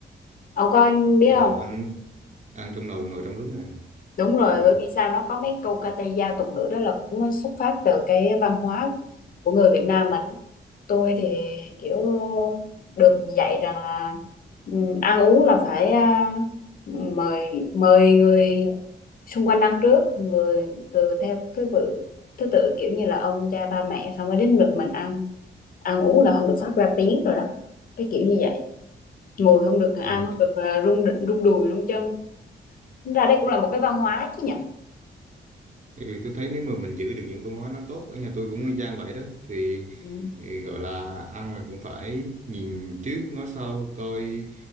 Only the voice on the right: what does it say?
là
ăn ăn trong nồi ngồi trong hứng à
ừ.
Ừ.
ừ tôi thấy nếu mà mình giữ được những văn hóa nó tốt ở nhà tôi cũng y chang vậy đó thì
ừ, gọi là ăn là cũng phải nhìn trước ngó sau coi